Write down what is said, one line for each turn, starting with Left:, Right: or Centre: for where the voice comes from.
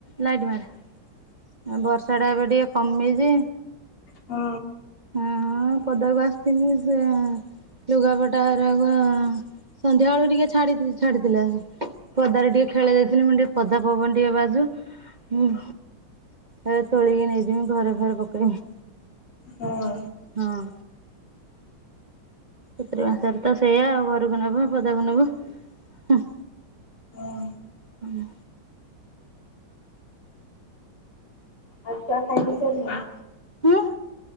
Right: ଲାଇଟ୍ ମାରେ, ଆ ବର୍ଷାଟା ଏବେ ଟିକିଏ କମିଚି।
Left: ହୁଁ।
Right: ହଁ ପଦାକୁ ଆସିଥିନି ସେ ଲୁଗାପଟା ରାକ ସନ୍ଧ୍ୟା ବେଳୁ ଟିକେ ଛାଡି ଛାଡିଥିଲା ପଦାରେ ଟିକେ ଖେଳେଇଦେଇଥିଲି ମୁଁ କହିଲି ଟିକେ ପଦା ପବନ ଟିକେ ବାଜୁ, ହୁଁ ହେ ତୋଳିକି ନେଇଯିମି ଘରେ ଫେରେ ପକେଇମି।
Left: ହଁ।
Right: ହଁ। ଚତୁରୁ ମାସିଆରେ ତ ସେଇଆ ଆଉ ଘରକୁ ନେବ ପଦାକୁ ନେବ ହଁ
Left: ହଁ।
Right: ହୁଁ।
Left: ଆଉ <unintelligible> ସାରିଲେଣି।
Right: ହୁଁ।